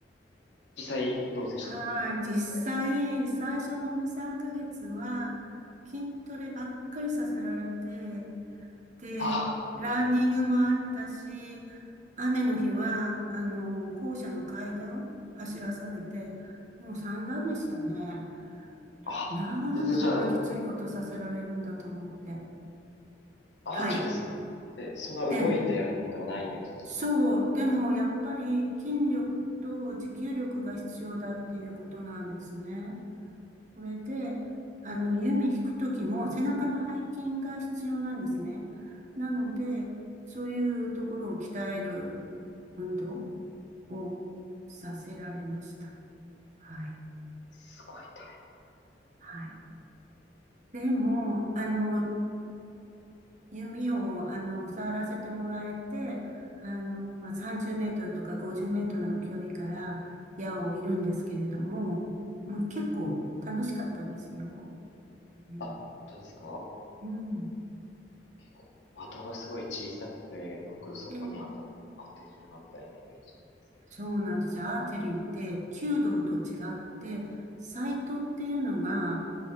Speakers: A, on the left; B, on the right.
A: 実際どうでしたか、
B: はい。
A: されてみて。
B: 実際、最初の2、3ヶ月は、筋トレばっかりさせられて、で、
A: ああ、
B: ランニングもあったし、
A: ええ、
B: 雨の日は、あの、校舎の階段走らされて、もう散々でしたね。
A: あ、
B: なんでこんなきついことさせられるんだと思って。
A: 全然じゃあ、アーチェリーです。
B: はい。
A: え、そんな動いてやるものではないイメージだったんですか。
B: ええ。そう。でも、やっぱり筋力と持久力が必要だっていうことなんですね。それで、あの、弓引くときも背中の背筋が必要なんですね。なので、そういうところを鍛える運動をさせられました。はい。
A: すごい大変。
B: はい。でも、あの、弓を、あの、触らせてもらえて、あの、まあ、30メートルとか50メートルの距離から矢を射るんですけれども、まあ、結構楽しかったですよ。うん。
A: あ、本当ですか
B: うん。
A: 結構、的がすごい小さくて、よくそこに当た、
B: ええ
A: 当てるな、みたいなイメージなんですけど。
B: そうなんですよ。アーチェリーって弓道と違って、サイトっていうのが、